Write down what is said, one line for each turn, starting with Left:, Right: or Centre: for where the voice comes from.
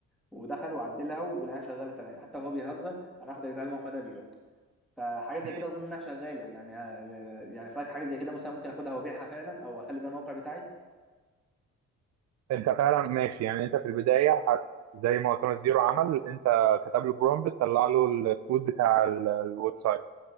Centre: ودخل وعدلها ولقاها شغاله تمام حتى وهو بيهزر انا هاخد يا جدعان الموقع ده بيعه فحاجه
Right: مم.
Centre: زي كده اظن انها شغاله يعني يعني فاك حاجه زي كده مثلا ممكن اخدها وابيعها فعلا او اخلي ده الموقع بتاعي
Right: انت فعلا ماشي يعني انت في البدايه هت... زي ما اسامه زيرو عمل انت كتب له برومبت طلع له الكود بتاع ال- الويب سايت